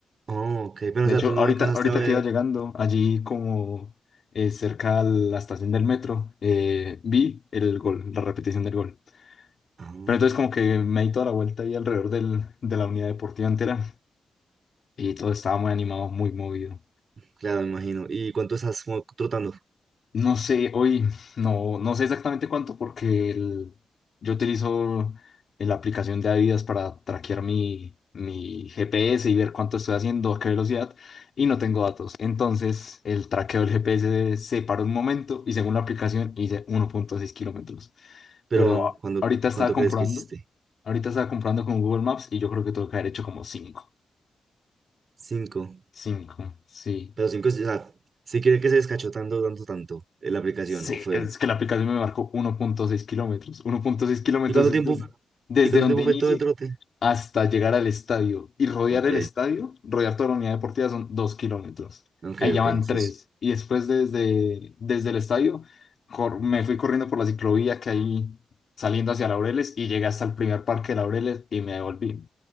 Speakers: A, on the right (about 45°); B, on the left (about 50°).
A: Oh, ok, pero
B: De
A: o sea,
B: hecho,
A: tú no
B: ahorita,
A: alcanzaste
B: ahorita
A: a ver.
B: que iba llegando allí como eh, cerca a la estación del metro, eh, vi el gol, la repetición del gol.
A: Ah,
B: Pero entonces como que me di toda la vuelta ahí alrededor del- de la unidad deportiva entera y todo estaba muy animado, muy movido.
A: claro, me imagino. ¿Y cuánto estás como trotando?
B: No sé, hoy no, no sé exactamente cuánto porque el- yo utilizo eh, la aplicación de Adidas para traquear mi, mi GPS y ver cuánto estoy haciendo, a qué velocidad, y no tengo datos. Entonces, el traqueo del GPS se paró un momento y según la aplicación hice uno punto seis kilómetros.
A: Pero,
B: Pero a-
A: ¿cuándo,
B: ahorita estaba
A: cuánto
B: comprando,
A: crees que hiciste?
B: ahorita estaba comprando con Google Maps y yo creo que tengo que haber hecho como cinco
A: Cinco.
B: 5 sí.
A: Pero cinco, o sea, sí cree que se descachó tanto, tanto, tanto eh, la aplicación,
B: Sí,
A: ¿o fue?
B: es que la aplicación me marcó uno punto seis kilómetros. 1.6 kilómetros
A: ¿Y cuánto
B: es
A: tiempo,
B: des- desde,
A: y cuánto
B: donde
A: tiempo
B: inicio
A: fue todo el trote?
B: hasta llegar al estadio. Y rodear
A: Ok,
B: el estadio, rodear toda la unidad deportiva son 2 kilómetros.
A: ok,
B: Ahí ya
A: ok,
B: van
A: eso
B: 3.
A: es,
B: Y después desde, desde el estadio cor- me fui corriendo por la ciclovía que hay saliendo hacia Laureles y llegué hasta el primer parque de Laureles y me devolví.